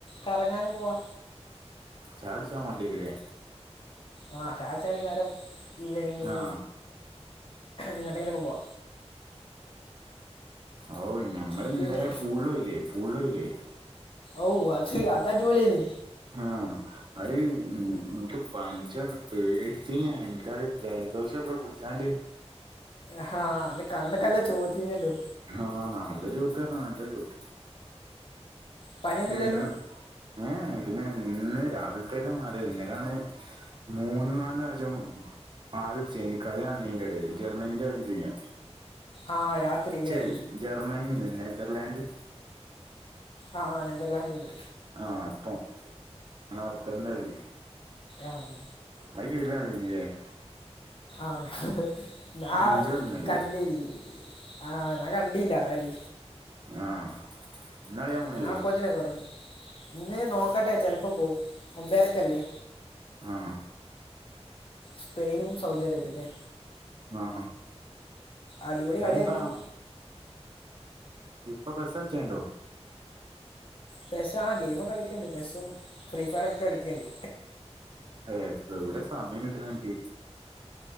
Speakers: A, on the left; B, on the right.
A: കറങ്ങാനും പോവാ
B: ചായ കുടിച്ചാൻ പോണ്ടിവരുലെ
A: ആ ചായകുടിച്ചാൻ വൈന്നാരം ഈവനിങ്
B: ആ
A: എങ്ങട്ടെങ്കിലും പോവാ
B: ഓ ഞമ്മൾ
A: പിന്നെ
B: ഇന്നലെ പൂളില് പോയില്ലേ പൂളല് പോയില്ലേ
A: ഔ അത് അതടി പൊള്യേനി
B: ഹാ അഹ് എനിക്ക് പഞ്ച പേടിച്ചീനി ഞാന് എനിക്കത് ജലദോഷൊക്കെ പുടിച്ചാണ്ട്
A: ഹ അന്ന് കണ്ണക്കനല്ല ചോത്തീന്യല്ലോ
B: ആഹ് നാല്ലൊ ചോവത്തി നല്ലോ ചോവത്തി
A: പനിയൊന്നുമില്ലല്ലോ
B: ഇന്ന് ഏ പിന്നെ ഇന്ന് രാവിൽത്തേക്കെ മാറി ഇന്നെലാണ് മൂന്ന് നാല് പ്രാവശ്യം ആരും <unintelligible> എടേല് ജർമ്മനീന്റെ കളില്യേന്യോ
A: ആ രാത്രി അല്ലേ
B: ശെരി ജർമ്മനി നെതർലാൻഡ്
A: ആഹ് ആഹ് നെതർലാൻഡ് ഉണ്ട്
B: ആഹ് അപ്പം ആത്തന്ന കളി
A: ആഹ്
B: അത് കിടിലം <unintelligible>
A: ആത് ഞാൻ
B: അഞ്ചേ ഒന്നല്ലേ
A: കണ്ടിൽ ആഹ് ഞാൻ കണ്ടില്ല കളി
B: ആഹ് ഇന്ന് കളി കാണാൻ പോണില്ലേ
A: ഞാൻ അപ്പോത്തിനു ഒറങ്ങി ഇന്ന് നോക്കട്ടെ ചെലപ്പോ പോവും ഒമ്പേരക്കല്ലെ
B: ആഹ്
A: സ്പെയിനും സൗദി അറേബിയല്ലേ
B: അഹ് ആഹ്
A: അടിപൊളി
B: വേറെന്താ
A: കളിയായിരിക്കും
B: ഇപ്പം പെസ്സൽ ചെയ്യണ്ടൊ
A: പെസ്സ ആ ഗെയിമൊക്കെ കളിക്കണ്ട് പെസ്സും ഫ്രീ ഫയറൊക്കെ കളിക്കേണ്ട്
B: എഹ് എവിടെ സമയം കിട്ടണൻക്ക്